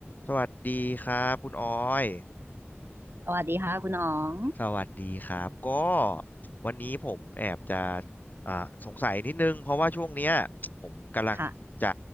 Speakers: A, on the left; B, on the right.
A: สวัสดีครับคุณออย
B: สวัสดีค่ะคุณอ๋อง
A: สวัสดีครับก็วันนี้ผมแอบจะอ่าสงสัยนิดนึงเพราะว่าช่วงเนี้ยผมกำลังจะ
B: ค่ะ